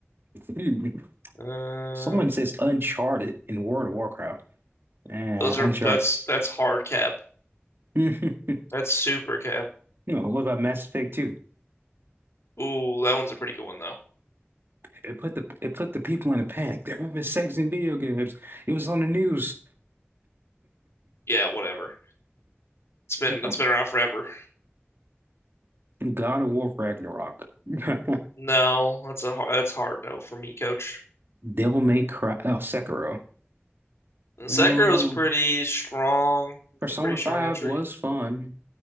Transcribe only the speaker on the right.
hmm.
Someone says Uncharted in World of Warcraft. Uh,
Uncharted.
<laughs>
No, what about Mass Effect 2?
It put the it put the people in a panic. They're having sex in video games. It was on the news.
Oh,
God of War Ragnarok. <laughs>
Devil May Cry. Oh, Sekiro.
Um,
Persona
5
was fun.